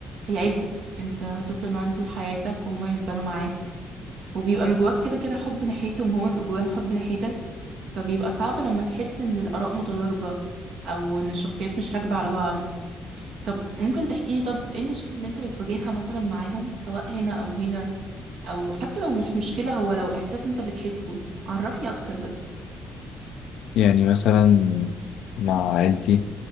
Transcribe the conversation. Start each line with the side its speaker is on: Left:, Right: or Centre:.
Right: هي عيلتك انت هتفضل معاهم طول حياتك وهما يفضلوا معاك وبيبقى من جواك كده كده حب ناحيتهم وهما بيبقوا جواهم حب ناحيتك فبيبقى صعب لما تحس ان الاراء متضاربة او ان الشخصيات مش راكبة على بعض طب ممكن تحكي لي طب ايه المشاكل اللي انت بتواجهها مثلا معاهم سواء هنا او هنا او حتى لو مش مشكلة هو لو احساس انت بتحسه عرفني اكتر بس
Left: يعني مثلا مع عيلتي